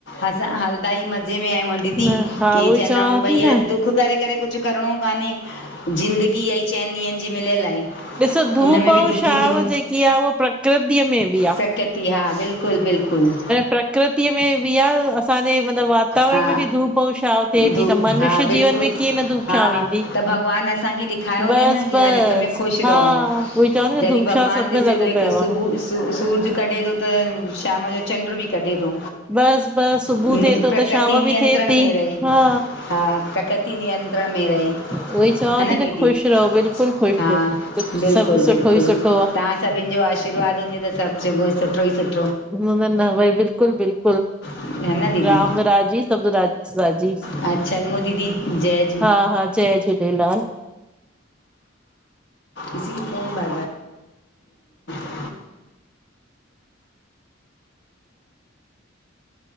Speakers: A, on the left (about 65°); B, in the centre.
A: असां हलदा ई मज़े में आयू आ दीदी
B: न हा
A: कि
B: उहोई
A: चएदा
B: चवांव
A: आऊ भई
B: थी न
A: अ दुखु दुखु करे करे कुछ करिणो कान्हे ज़िंदगी इहा ई चइनि ॾींहंनि जी मिलियल आहे।
B: ॾिसो धूप
A: इन में
B: औ
A: बि दुखी
B: छांव
A: थियूं
B: जेकी आ उहा प्रकृति में बि आ।
A: प्रकृति हा बिल्कुलु बिल्कुल बिल्कुल
B: प्रकृति में बि आ असांजे मतिलबु वातावरण
A: हा
B: में बि धूप ऐं छांव थिए
A: धूप
B: थी त मनुष्य
A: हा बिल्कुलु
B: जीवन में कीअं न धूप
A: हा
B: छांव ईंदी
A: त भॻवानु असांखे ॾि खायो
B: बस
A: थेए न की
B: बस
A: हर हिक में ख़ुशि
B: हा
A: रहो
B: उहोई चवां थी न
A: जॾहिं
B: धूप
A: भॻिवानु
B: छांव सभ में
A: ॾिसे
B: लॻो
A: त हिकु
B: पियो
A: सुबुह
B: आ।
A: सू सूरज कढे थो त शाम जो चंडु बि कढे थो।
B: बस बसि सुबुह
A: प्रकृति
B: थिए थो त शाम
A: नियंत्रण
B: बि थिए थी
A: में रहे
B: हा
A: हा प्रकृति नियंत्रण में रहे
B: उहोई चवां
A: हा न
B: थी
A: दीदी
B: ख़ुशि रहो बिल्कुलु ख़ुशि
A: हा
B: कुझु
A: बिल्कुलु
B: सभु सुठो
A: बिल्कुलु
B: ई सुठो आ।
A: तव्हां सभिनि जो आशीर्वाद हूंजे त सभु चङो सुठो ई सुठो
B: न न न भई बिल्कुल बिल्कुल।
A: है न दीदी
B: राम राजी सभ राज राजी।
A: हा चङो दीदी जय
B: हा हा जय झूलेलाल।
A: ी कतदा <unintelligible>